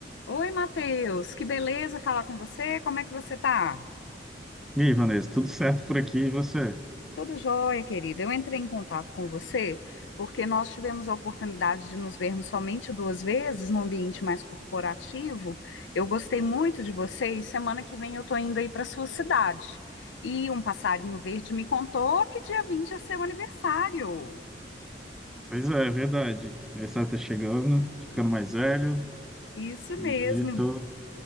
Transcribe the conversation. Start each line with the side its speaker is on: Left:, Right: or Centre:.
Left: Oi, Matheus, que beleza falar com você. Como é que você tá?
Centre: E aí, Vanessa, tudo certo por aqui e você?
Left: Tudo jóia, querida. Eu entrei em contato com você porque nós tivemos a oportunidade de nos vermos somente duas vezes no ambiente mais corporativo. Eu gostei muito de você e semana que vem eu tô indo aí para sua cidade. E um passarinho verde me contou que dia 20 é seu aniversário.
Centre: Pois é, é verdade. Aniversário tá chegando, ficando mais velho
Left: Isso
Centre: e
Left: mesmo.
Centre: tô,